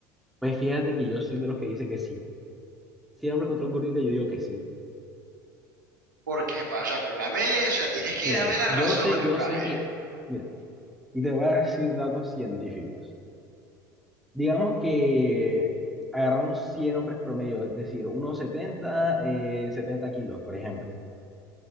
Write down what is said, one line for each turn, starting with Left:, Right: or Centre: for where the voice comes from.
Centre: Pues fíjate que yo soy de los que dice que sí. Si el hombre encontró un gordito, yo digo que sí.
Right: ¿Por qué, pa? O sea, pero dame, o sea, tienes que
Centre: Mira,
Right: darme
Centre: mira,
Right: las
Centre: yo
Right: razones,
Centre: sé, yo
Right: pa,
Centre: sé
Right: ver.
Centre: que, mira, y te voy a decir datos científicos. Digamos que agarramos 100 hombres promedio, es decir, unos setenta, eh, 70 kilos, por ejemplo.